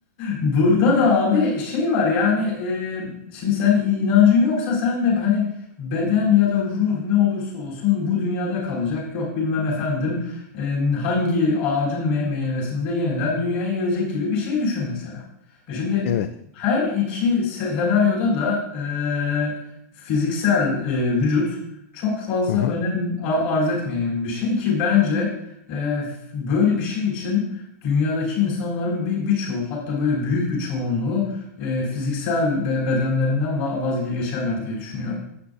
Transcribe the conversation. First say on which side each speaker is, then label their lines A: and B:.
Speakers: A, on the left; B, on the left.
A: Burada da abi şey var yani e, şimdi sen i- inancın yoksa sen de hani beden ya da ruh ne olursa olsun bu dünyada kalacak. Yok bilmem efendim e, hangi ağacın me- meyvesinde yeniden dünyaya gelecek gibi bir şey düşün mesela. E şimdi
B: Evet.
A: her iki se- senaryoda da e, fiziksel e, vücut çok fazla
B: Hı hı.
A: önem a- arz etmeyen bir şey ki bence e, f- böyle bir şey için dünyadaki insanların bir birçoğu hatta böyle büyük bir çoğunluğu e, fiziksel be- bedenlerinden va- vazgeçerler diye düşünüyorum.